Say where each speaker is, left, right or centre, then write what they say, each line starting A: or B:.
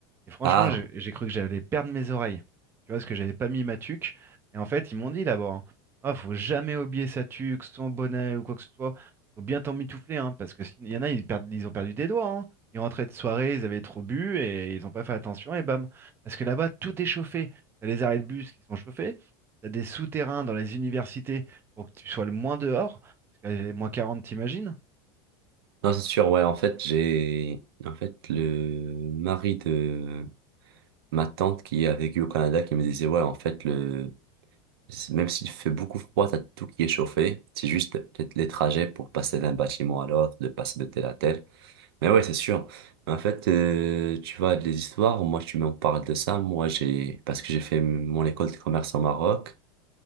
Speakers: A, on the right; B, on the right.
A: Et franchement,
B: Ah,
A: j'ai j'ai cru que j'allais perdre mes oreilles. Tu vois, parce que j'avais pas mis ma tuque. Et en fait, ils m'ont dit d'abord, hein, Ah, faut jamais oublier sa tuque, son bonnet ou quoi que ce soit. Faut bien t'en mitoufler, hein, parce que s'il y en a, ils perdent, ils ont perdu des doigts. hein. Ils rentraient de soirée, ils avaient trop bu et ils ont pas fait attention et bam. Parce que là-bas, tout est chauffé. T'as les arrêts de bus qui sont chauffés. T'as des souterrains dans les universités pour que tu sois le moins dehors. Parce que euh, moins 40, t'imagines?
B: non, c'est sûr, ouais, en fait, j'ai, en fait, le mari de ma tante qui a vécu au Canada qui me disait, ouais, en fait, le, c'est- même s'il fait beaucoup froid, t'as tout qui est chauffé. C'est juste peut-être les trajets pour passer d'un bâtiment à l'autre, de passer de tel à tel. Mais ouais, c'est sûr. En fait, euh, tu vois, les histoires, moi, tu m'en parles de ça. Moi, j'ai, parce que j'ai fait mon école de commerce au Maroc.